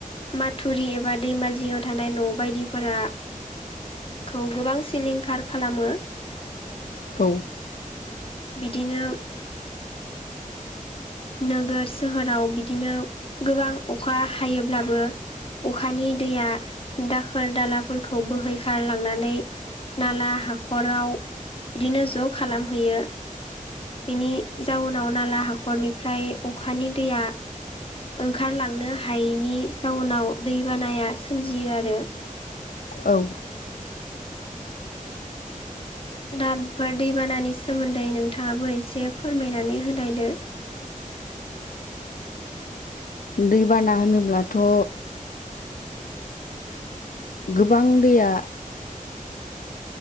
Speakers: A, on the left (about 40°); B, on the left (about 75°).
A: माथुरि एबा दैमा जिङाव थानाय न' बायदिफोरा खौ गोबां सिलिंखार खालामो।
B: औ।
A: बिदिनो नोगोर सोहोराव बिदिनो गोबां अखा हायोब्लाबो अखानि दैया दाखोर दालाफोरखौ बोहैखारलांनानै नाला हाखराव बिदिनो ज' खालामहैयो बिनि जाउनाव नाला हाखरनिफ्राय अखानि दैया ओंखारलांनो हायैनि जाउनाव दैबानाया सोमजियो आरो
B: औ
A: दा बेफोर दैबानानि सोमोन्दै नोंथाङाबो एसे फोरमायनानै होनोलायदो
B: दैबाना होनोब्लाथ' गोबां दैया